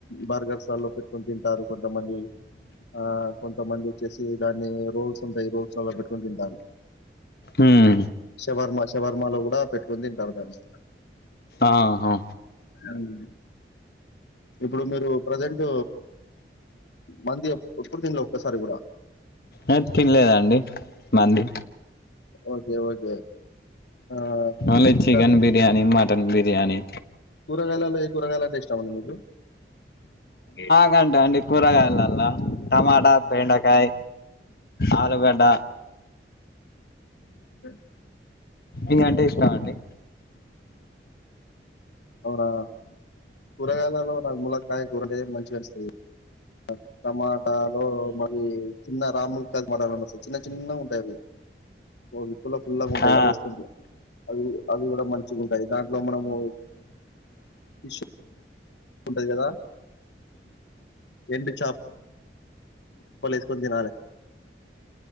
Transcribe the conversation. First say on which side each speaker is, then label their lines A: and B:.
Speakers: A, on the left (about 80°); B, on the left (about 55°).
A: బర్గర్సా లలో పెట్టుకుని తింటారు కొంతమంది ఆ కొంతమంది వచ్చేసి దాన్ని రోల్స్ ఉంటాయి రోల్స్లలో పెట్టుకుని తింటారు
B: ఉమ్మ్
A: శవర్మ శవర్మలో కూడా పెట్టుకొని తింటారు దాన్ని
B: ఆహా
A: ఉమ్ ఇప్పుడు మీరు ప్రజెంట్ మండి ఎప్పుడు తిన్లే ఒక్కసారి కూడా
B: ఆ తినలేదు అండి మాంది
A: ఓకే ఓకే ఆ
B: మళ్ళా చికెన్
A: ఇంకా
B: బిర్యానీ, మటన్ బిర్యానీ
A: కూరగాయలలో ఏ కూరగాయలు అంటే ఇష్టం అండి మీకు ఏ?
B: ఎకంటే అండి కూరగాయలల్లా టమాటా, బెండకాయ్, ఆలుగడ్డ
A: ఉ
B: ఏగంటే ఇష్టం అండి?
A: అవునా కూరగాయలలో ములక్కాయ కూరగాయ మంచిగ అన్పిస్తది ఆ టమాటాలు మది చిన్న రాము క్కా మటాల్ వస్తాయి చిన్న చిన్నగా ఉంటాయ్ అవి పుల్ల పుల్లగా ఉంటాయి
B: ఆ
A: అవి వేస్కుంటే అవి అవి కూడా మంచిగా ఉంటాయ్ దాంట్లో మనము ఈ షు ఉంటది కదా ఎండు చేప్ పోలేసుకొన్ తినాలే